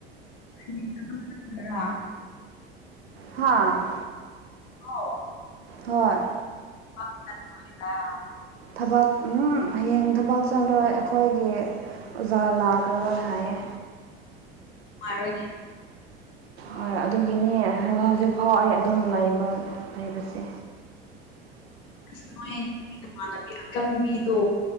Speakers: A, on the left; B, on the right.
A: <unintelligible>
B: ꯍꯥꯥ
A: ꯑꯣ
B: ꯍꯣꯏ
A: <unintelligible>
B: ꯊꯕꯛ ꯎꯝ ꯍꯌꯦꯡ ꯊꯕꯛ ꯆꯠꯂ‌ꯣꯏ ꯑꯩꯈꯣꯏꯒꯤ ꯑꯣꯖꯥ ꯂꯥꯛꯑꯔꯣꯏ ꯍꯥꯏꯌꯦ
A: ꯅꯨꯡꯉꯥꯏꯔ‌ꯣꯏꯅ‌ꯦ
B: ꯍꯣꯏ ꯑꯗꯨꯒꯤꯅꯤ ꯍꯧꯖꯤꯛꯐꯥꯎ ꯑꯩ ꯑꯗꯨꯝ ꯂꯩꯕ ꯂꯩꯕꯁꯤ
A: ꯑꯁ ꯅ‌ꯣꯏꯒꯤ ꯅꯃꯥꯟꯅꯕꯤ ꯑꯀꯟꯕꯤꯗꯣ